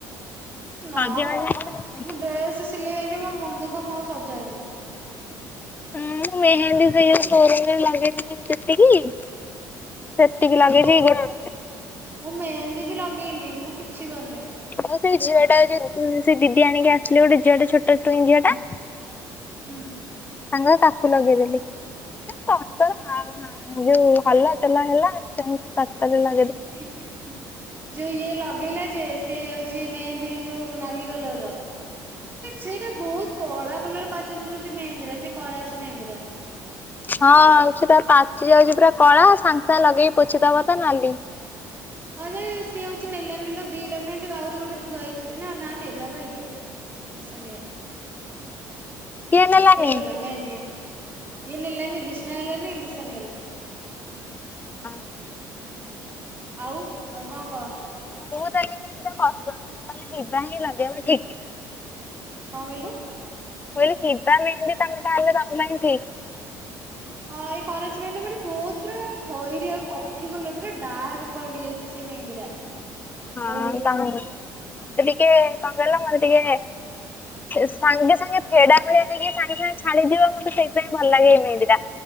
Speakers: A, on the right (about 25°); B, on the left (about 20°).
A: ନା
B: ସଜବାଜ
A: ମୁଁ
B: ହେଇସାରିଲଣି?
A: ମୁ ଡ୍ରେସ ସିଲେଇ ହେଇନି ମୋ ଦୁଃଖ ମୁଁ ଆଉ ସଜହେବିନି।
B: ହଁ ମୁଁ ମେହେନ୍ଦୀ ସେଇ ସୋରୁମରେ ଲାଗେଇଥିଲି ଯେତିକି ସେତିକି ଲଗେଇଛି
A: ସୋ
B: ଗୋ
A: ମୁଁ ମେହେନ୍ଦୀ ବି ଲଗେଇନି ମୁଁ କିଛି କରିନି।
B: ମୁଁ ସେଇ ଝିଅ ଟା ଯଉ ସେ ଦିଦି ଆଣିକି ଆସିଲେ ଗୋଟ ଝିଅଟା ଛୋଟ ଟୁଇ ଝିଅ ଟା
A: ହୁଁ।
B: ତାଙ୍ଗର ତାକୁ ଲଗେଇଦେଲି ତର ଯୋଉ ହଲା ଚଲା ହେଲା ସେ ରା
A: ହିଁ ଯୋଉ ଇୟ ଲଗ ଲଗେଈଲା ଯେ ସ ହଉଛି ମେହେନ୍ଦୀ ଯୋଉ ନାଲି କଲର ର ସେଇଟା ବହୁତ କଳା କଲର ପଚୁଚିଲୋ ସେ ମେନ୍ଦ୍ରା ଟା ସେ କରାଚି ମେହେନ୍ଦୀ ଟା।
B: ହଁ। ସେଟା ପାଚି ଯାଉଛି ପୁରା କଳା ସାଙ୍ଗେ ସାଙ୍ଗେ ଲଗେଇକି ପୋଛିଦବ ତ ନାଲି
A: ହଁ ଯେ ସିଏ ହେଉଛି ନେଲା ନିଲୋ ଦିଟା ମେହେନ୍ଦି ଆହୁରି ଗୋଟେ ଥୁଆ ହେଇଛି ନା ନା ନେଲା ବା ଇଏ ଲିସା ନେଇଗଲା।
B: କିଏ ନେଲାନି?
A: ହେଇଗଲା ମେହେନ୍ଦି ଇଏ ନଲାନି ଦିଶମା ନଲାନି ଲି ଚାଲିଗଲା
B: ହଁ।
A: ଆଉ ଆଉ କଣ କହ?
B: <unintelligible> ଯେମିତି ପସନ୍ଦ ତମେ ନିଜେ ହିଁ ଲଗେଇବ ଠିକ୍
A: କଣ କହିଲୁ?
B: ମୁଁ କହିଲି ସିଧା ମେହେନ୍ଦି ତମେ ତାହଲେ ତମ ପାଇଁ ଠିକ୍
A: ହଁ ଏଇ କରଛି ମ ନା ମାନେ ବହୁତ ପୁରା ଖଇରିଆଉ କଫି କଲର ପୁରା ଡାର୍କ ପଡ଼ିଯାଉଛି ସେ ମହେନ୍ଦି ଟା
B: ହଁ।
A: ବହୁତ
B: ମତେ ଟିକେ କଣ କହିଲ ମତେ ଟିକେ ସାଙ୍ଗେ ସାଙ୍ଗେ ଫେଡା ଭଳିଆ ହେଇକି ସାଙ୍ଗେ ସାଙ୍ଗେ ଛାଡିଯିବ ମତେ ସେଇଥିାଇଁ ଭଲ ଲାଗେ ଏଇ ମେହେନ୍ଦୀ ଟା